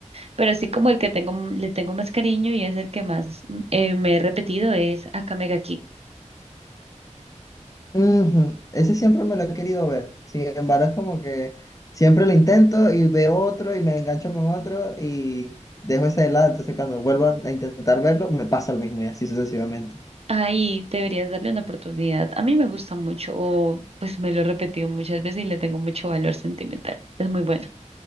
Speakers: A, on the right; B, on the left.
A: Pero así como el que tengo, m- le tengo más cariño y es el que más mm, eh, me he repetido es Akame ga Kill.
B: Ujú, Ese siempre me lo he querido ver. Sin embargo, es como que siempre lo intento y veo otro y me engancho con otro y dejo ese de lado. Entonces, cuando vuelvo a a intentar verlo, me pasa lo mismo y así sucesivamente.
A: Ahí deberías darle una oportunidad. A mí me gusta mucho, o pues me lo he repetido muchas veces y le tengo mucho valor sentimental. Es muy bueno,